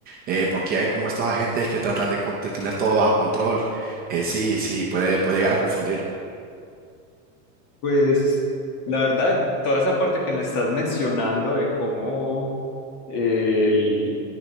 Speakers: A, on the right (about 20°); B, on the left (about 40°).
A: eh, por qué hay como estos agentes que tratan de, con- de tener todo bajo control. Eh, sí, sí, puede, puede llegar a confundir.
B: Pues la verdad, toda esa parte que me estás mencionando de cómo el,